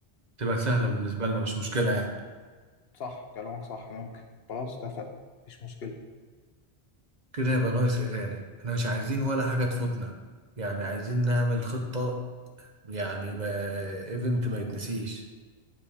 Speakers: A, on the right; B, on the left.
A: تبقى سهلة بالنسبة لنا مش مشكلة يعني
B: صح كلامك صح ممكن خلاص اتفقنا مفيش مشكلة
A: كده يبقى ناقص ايه تاني احنا مش عايزين ولا حاجة تفوتنا يعني عايزين نعمل خطة يعني يبقى ايفنت ما يتنسيش